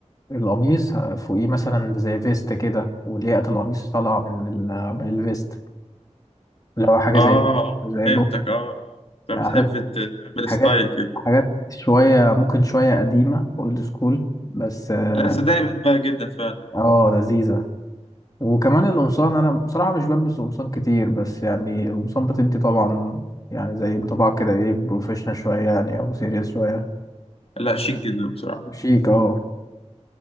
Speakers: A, on the left; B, on the left.
A: القميص فوقيه مثلا زي فيست كده ولياقه القميص طالعه من ال- من الفيست اللي هو حاجه
B: آه
A: زي
B: آه،
A: زي
B: فهمتك
A: بوك
B: آه آه أنت
A: عارف
B: بتحب ت- تعمل
A: حاجات
B: ستايل كده
A: حاجات شويه ممكن شويه قديمه اولد سكول بس اه
B: لا صدقني بحبها جدا فعلا
A: آه، لذيذه وكمان القمصان انا بصراحه مش بلبس قمصان كتير بس يعني القمصان بتدي طبعا يعني زي بطبع كده ايه بروفيشنال شويه يعني او سيريس شويه
B: لا شيك جدا بصراحة
A: شيك اه